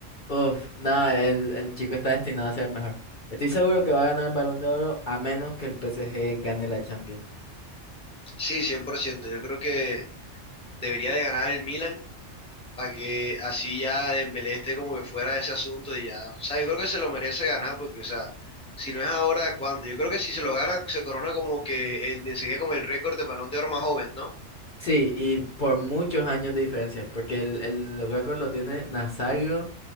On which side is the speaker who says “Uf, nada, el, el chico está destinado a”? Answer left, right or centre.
Left